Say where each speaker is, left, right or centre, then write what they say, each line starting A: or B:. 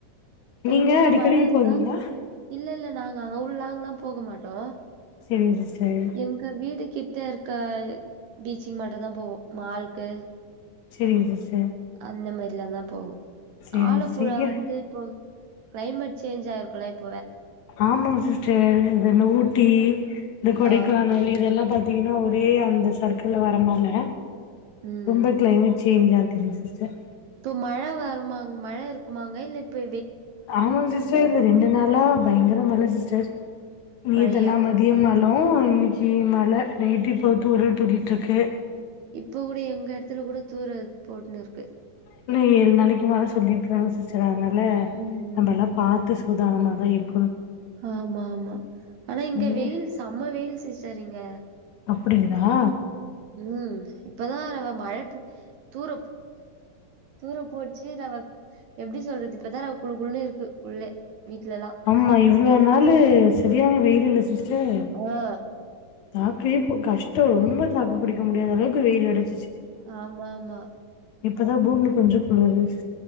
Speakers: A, on the right; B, on the left.
A: இப்ப
B: நீங்க
A: உங்க ஊர்ல
B: அடிக்கடி
A: மழ இருக்கா
B: போவீங்களா
A: இல்ல இல்ல நாங்க அங் அவ்ளோளாங்கலா போக மாட்டோ
B: செரிங்க சிஸ்டர்
A: எங்க வீடு கிட் ட்ட இருக்க பீச்சீக் மட்டு தா போவோ மால்க்கு
B: சரிங்க சிஸ்
A: அந்த மாரி இதெல்லாதா போகு
B: செரிங்க
A: ஆலப்புழா
B: சிஸ்டர் இங்க
A: வந்து இப்போ கிளைமேட் சேஞ்ச் ஆயிருக்கும்ல இப்
B: ஆமாங்க சிஸ்டர் இ இந்த ஊட்டி இந்த கொடைக்கானல்
A: ஆ
B: இதெல்லா பாத் த்தீங்கனா ஒரே அந்த சர்க்கிள் வரமல
A: ம்
B: ரொம்ப கிளைமேட் சேஞ்ச் ஆ சரிங்க சிஸ்டர்
A: இப்போ மழை வருமா அங் மழை இருக்குமாங்க இல்ல இப்போ
B: ஆமா சிஸ்டர் இந்த ரெண்டு நாளா பயங்கர மழ சிஸ்டர் நேத்தெல்லா
A: மழையா
B: மதியம் மழோ இ கி மழ நைட்டு இப்போ தூறல் தூரிட்ருக்கு
A: இப்ப கூட எங்க இடத்துல கூட தூரல் போட்டுன்னு இருக்
B: இன்னு ஏழு நாளைக்கு மழ சொல்லிருக்றாங்க சிஸ்டர் அதனால
A: ம்
B: நம்ம எல்லா பாத்து சூதானமா தா இருக்
A: ஆமா ஆமா ஆனா இங்க
B: ம்
A: வெயில் செம வெயில் சிஸ்டர் இங்க
B: அப்டிங்ளா
A: ம் இப்பதா நம்ம மழ பே தூற தூறப்போச்சு நாம எப்டி சொல்றது இப்பதான குழுகுழுன்னு இருக்கு உள்ளே வீட்லலாம்
B: ஆம்மா இவ்ளோ நாளு சரியான வெயில் இல்ல சிஸ்டர்
A: ஆ
B: தாக்கே கஷ்டோ ரொம்ப தாக்கு புடிக்க முடியாத அளவுக்கு வெயில் அடிச்
A: ஆமாமா
B: இப்பதா பூமி கொஞ்சம் குளுருச்